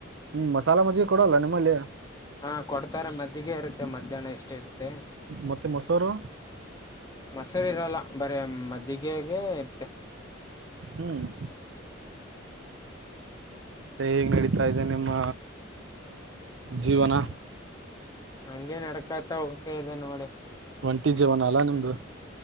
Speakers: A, on the right; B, on the left.
A: ಹ್ಮ್ ಮಸಾಲೆ ಮಜ್ಜಿಗೆ ಕೊಡಲ್ಲ ನಿಮ್ಮಲ್ಲಿ
B: ಹಾ ಕೊಡ್ತಾರೆ ಮಜ್ಜಿಗೆ ಇರುತ್ತೆ ಮಧ್ಯಾಹ್ನ ಇಷ್ಟ <unintelligible>
A: ಮತ್ತೆ ಮೊಸರು
B: ಮಸರಿರಲ್ಲ ಬರೇ ಮದ್ದಿಗೆಗೆ ಇತ್ತೆ
A: ಹ್ಮ್ ಹೇಗೆ ನಡೀತಾ ಇದೆ ನಿಮ್ಮ ಜೀವನ
B: ಹಂಗೆ ನಡ್ಕತ ಹೋಗ್ತಾ ಇದೆ ನೋಡಿ
A: ಇತ್ತೀ ಜವನಲ್ಲಾ ನಿಮ್ದು